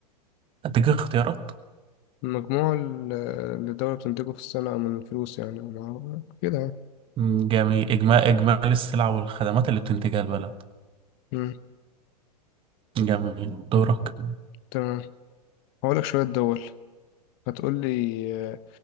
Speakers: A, on the right; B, on the left.
A: اديك اختيارات
B: المجموع ال- اللي الدولة بتنتجه في السنة من فلوس يعني ومع- كده يعني
A: مم، جميل إجمال إجمالي السلع والخدمات اللي بتنتجها البلد
B: ايه
A: جميل دورك
B: تمام هقولك شوية دول هتقولي